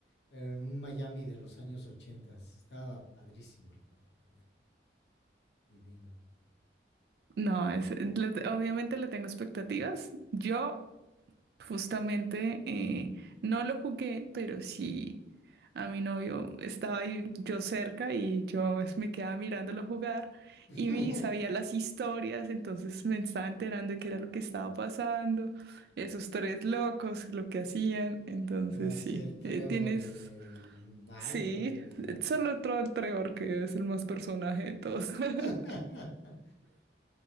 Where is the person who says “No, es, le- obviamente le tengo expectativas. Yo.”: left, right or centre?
Right